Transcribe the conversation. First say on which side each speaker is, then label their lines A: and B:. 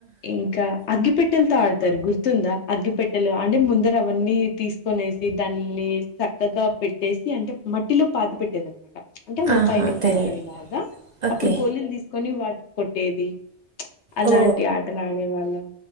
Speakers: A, on the left (about 75°); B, on the right (about 50°).
A: ఇంకా అగ్గిపెట్టెలతో ఆడతారు గుర్తుందా అగ్గిపెట్టెలు అంటే ముందర అవన్నీ తీసుకొనేస్ దానిని చక్కగా పెట్టేసి అంటే మట్టిలో పాతి పెట్టేది అనమాట అంటే అవి
B: ఆహా
A: పైనికి కన
B: తెలియ
A: పడేలాగా
B: ఓకే
A: అప్పుడు గోళీలు తీసుకొని వాటి కొట్టేది అలాంటి
B: ఓ
A: ఆటలు ఆడే వాళ్ళం